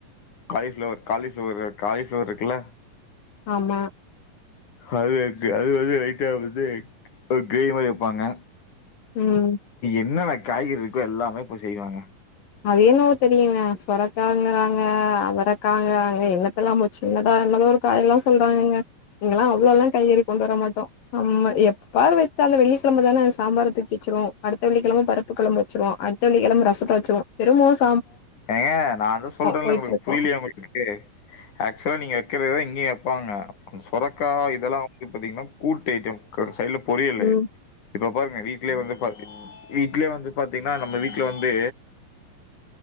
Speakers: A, on the left; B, on the left.
A: காலிஃப்ளவர் காலிஃப்ளவர் உ காலிஃபிளவர் இருக்குல்ல
B: ஆமா
A: அது அது வந்து லைட்டா வந்து ஒரு க்ரேவி மாரி வெப்பாங்க
B: ம்
A: என்னன காய்கறி இருக்கூ எல்லாமே இப்ப செய்வாங்க
B: அதுயேனோ தெரில சொரக்காங்குறாங்க அவரக்காங்குறாங்க என்னத்தெல்லாமோ சின்னதா என்னமோ ஒரு காயல்லா சொல்றாங்கங்க இங்கெல்லா அவ்வளோல்லா காய்கறி கொண்டு வர மாட்டோ எப்பா வச்சு அந்த வெள்ளிக்கெழமதானே அந்த சாம்பார் தூக்கி வச்சுரூ அடுத்த வெள்ளிக்கெழம பருப்பு கொழம்பு வச்சுருவோ அடுத்த வெள்ளிகெழம ரசத்த வச்சுருவோ தெரூ மோஸ்
A: ஏங்க நா தா சொல்றேல்ல
B: போயிட்ருக்கு
A: உங்களுக்கு புரியலையா உங்களுக்கு ஆக்சுவ்லா நீங்க வெக்கிறதுதா இங்க வாங்க சொரக்கா இதெல்லா வந்துப் பாத்தீங்னா கூட்டு ஐட்டம் சைடுலப் பொரியலு
B: ம்
A: இப்பப்ப அ வீட்லே வந்து பாத் வீட்லியே வந்து பாத்தீங்னா நம்ம வீட்ல வந்து